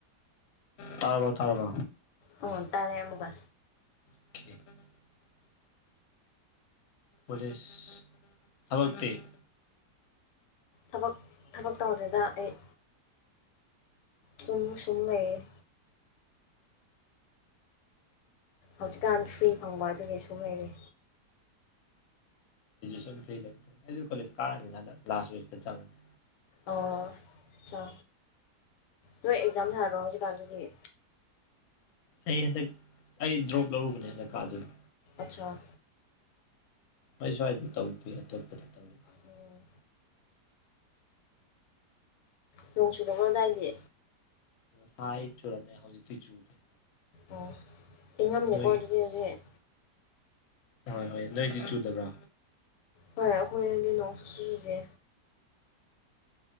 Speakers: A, on the left; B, on the left.
A: ꯇꯥꯔꯕꯣ ꯇꯥꯔꯕꯣ
B: ꯑꯣ ꯇꯥꯔꯦ ꯑꯃꯨꯛꯀ
A: <inaudible> ꯄꯂꯦꯁ ꯊꯕꯛꯇꯛꯇ
B: ꯊꯕꯛ ꯊꯕꯛ ꯇꯧꯕꯗꯨꯗ ꯑꯩ ꯁꯨꯝ ꯁꯨꯝꯂꯦ ꯍꯧꯖꯤꯛꯀꯥꯟ ꯐ꯭ꯔꯤ ꯐꯪꯕ ꯑꯗꯨꯒꯤ ꯁꯨꯝ ꯂꯩꯔꯦ
A: ꯁ ꯐꯔꯤ ꯂꯩ꯭ꯔ ꯀꯣꯂꯦꯖ ꯀꯛꯑꯅꯤꯅꯗ ꯂꯥꯁ ꯋꯤꯛꯇ ꯆꯪꯉꯅꯤ
B: ꯑꯣ ꯆ ꯅꯣꯏ ꯑꯦꯛꯖꯥꯝ ꯊꯥꯔꯔꯣ ꯍꯧꯖꯤꯛꯀꯥꯟꯗꯨꯗꯤ
A: ꯑꯩ ꯍꯟꯗꯛ ꯑꯩ ꯗ꯭ꯔꯣꯞ ꯂꯧꯔꯨꯕꯅꯦ ꯍꯟꯗꯛ ꯀꯥꯗꯕ
B: ꯑꯆꯥꯥ
A: ꯑꯩ ꯁ꯭ꯋꯥꯏꯗ ꯇꯧꯗꯦ ꯑꯇꯣꯞꯄꯗ ꯇꯧꯗ
B: ꯑꯣꯝ ꯅꯣꯡ ꯆꯨꯗ ꯑꯗꯨꯗꯥꯏꯗꯤ
A: ꯁꯥꯏ ꯆꯨꯔꯝꯃꯦ ꯍꯧꯖꯤꯛꯇꯤ ꯆꯨꯗꯦ
B: ꯑꯣ ꯏꯉꯝꯅꯤꯀꯣ
A: ꯅꯣꯏꯒꯤ
B: ꯑꯗꯨꯗꯤ ꯍꯧꯖꯤꯛ
A: ꯍꯣꯏ ꯍꯣꯏ ꯅꯣꯏꯗꯤ ꯆꯨꯗꯕ꯭ꯔꯣ
B: ꯍꯣꯏ ꯑꯩꯈꯣꯏꯗꯤ ꯅꯣꯡꯁꯨ ꯆꯨꯗꯦ